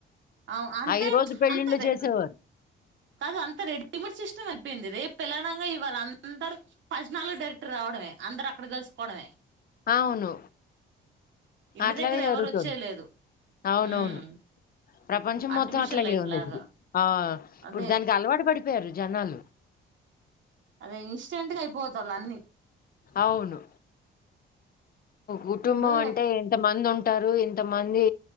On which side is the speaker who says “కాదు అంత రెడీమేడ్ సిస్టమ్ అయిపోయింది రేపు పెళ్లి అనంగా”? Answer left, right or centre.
Right